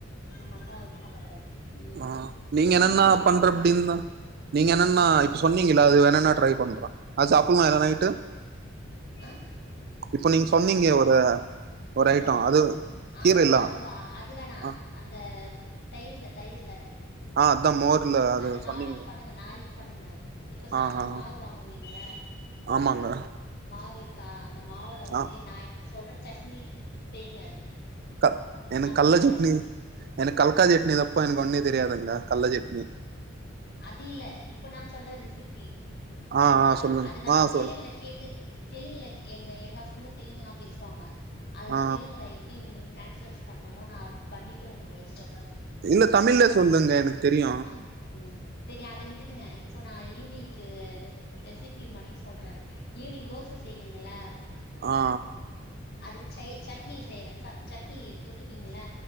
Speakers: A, on the left (about 50°); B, on the right (about 45°).
A: இது மட்டூ பண்ண கூடாது ம்
B: ஆஹ் நீங்க
A: சரி
B: எனனா
A: ஈவினிங்
B: பண்ற
A: தோசையா
B: அப்டின்னு நீங்க எனனா
A: ஆ
B: இப்ப சொன்னிங்கள அது வேர் எனனா ட்ரை பண்றா அது சப்புமா எரனாய்ட்டு
A: ஆமா ஆ
B: இப்பொ நீங் சொன்னிங்க
A: சாப்ட்ட
B: ஒரு ஒரு
A: கீர
B: ஐட்டோ அது
A: ஆஹ்
B: கீரைல்லா
A: ஆஹ் அதுவா அதுவேணா
B: ஆ
A: அந்த ஆவ் தயிர்ல தயிர்ல
B: ஆ அதா மோர்ல
A: அது
B: சொன்னீங்க
A: நாளைக்கு பண்ணுங்க நாளைக்கு பண்ணுங்க இப்ப சாயந்தரம்
B: ஆ ஆ
A: மாவு வாங்குவீங்கள
B: ஆமாங்க
A: மாவு கா அந்த மாவுல வந்து
B: ஆ
A: நா இன்னைக்கி சொல்றது மீட் செய்ங்க
B: க எனக்
A: செம்மையா
B: கல்ல
A: இருக்கு
B: சட்னி எனக் கல்க்கா சட்னி தாப்பா எனக்கு ஒன்னே தெரியாதுங்க கல்ல சட்னி
A: அது இல்ல இப்ப நா சொல்ற ரெசிபி செரிங்ளா
B: ஆ ஆ சொல்லுங்க
A: அது நா
B: ஆ சொல்
A: தெலுகுல கேட்டு தெலுங்குலக் எங்க எங்க ஹஸ்பண்டு தெலுங்கெல்லா பேசுவாங்க அதுல
B: ஆ
A: தெலுங்குல எப்டி உங்களுக் டேன்ஸ்வஸ் பண்ணணுமோ நா அது பண்ணிட்டு உங்களுக்கு சொ
B: இல்ல தமிழ்லே சொல்லுங்க எனக்கு தெரியு
A: அம் ம் செரி அத விட்டுடுங்க இப்ப நா ஈவ்னிங்கு ரெசிபி மட்டு சொல்றே ஈவ்னிங் தோச செய்விங்கள
B: ஆ
A: அதுக்கு சை சட்னி செய்றே ச சட்னி தொட்டுப்பிங்கள